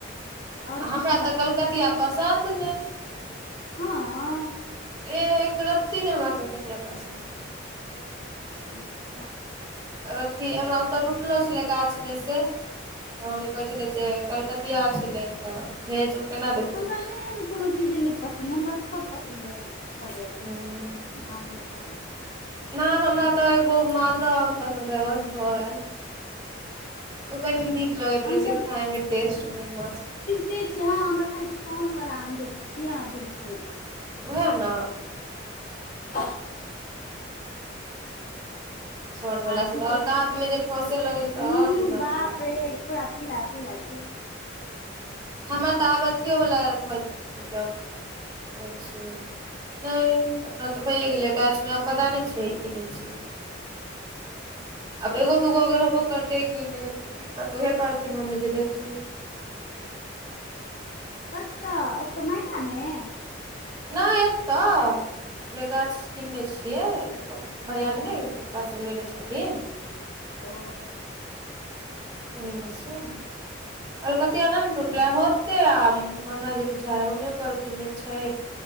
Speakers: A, on the left; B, on the right.
A: आओर
B: आ हमरा
A: किछु
B: तऽ
A: पसन्द
B: कलकतिया
A: नहि
B: पसन्द नै।
A: हँ
B: एह एक रती नै हमरा कलकतिआ पसिन।
A: अछा <unintelligible>
B: अथी हमरा ओतऽ टुटलो छलै गाछ। मे से <unintelligible> तऽ हमही कहने छलै जे कलकतिया छलै तऽ भेजू केना देतौ
A: हमरा नहि एहन कोनो चीज नहि पसंन्द हमरा सब पसन्द ह भऽ जाय।
B: हुं।
A: आबलब <unintelligible>
B: नहि हमरा तऽ एगो मालदह पसन्द है बस भऽ गेल। ओ कनी नीक लगैत
A: हम
B: रहे छै खाय मे टेस्ट ओकर मस्त।
A: कहै छियै अहां हमरा खाली साउंड लगा देब बिलकुल।
B: रह ने।
A: ह <inaudible>
B: सन वाला
A: आ
B: से
A: की
B: तऽ
A: कहै
B: आओर
A: छै
B: दाँत मे जे फँसे लगे छै तऽ
A: ह
B: आओर दिमाग
A: बाप
B: खराब
A: रे
B: कऽ दै
A: पूरा पीला पीला छी।
B: हमरा तऽ आब अथिये वला भऽ जेतै मतलब नहि अपना तऽ भैए गेलै गाछ में आब पता नहि छै कि नहि छै।
A: <inaudible>
B: आब एगो दूगो अगर हेबो करतै की नहि हेते क तऽ उहे कहलखिन मम्मी जे देखियो
A: कत तऽ तऽमाय कमे ह <unintelligible>
B: नहि एत तऽ जे गाछ स्किन मे छियै भैया
A: ओ
B: सब नहि
A: अच्छा
B: पप्पा सब लेने छथिन।
A: ओ।
B: ओहिमे सुन। कलकतिया नैने न टूटले, होते आब हमरा जे पुछाय ह, मम्मीयो कहलखिन जे छै।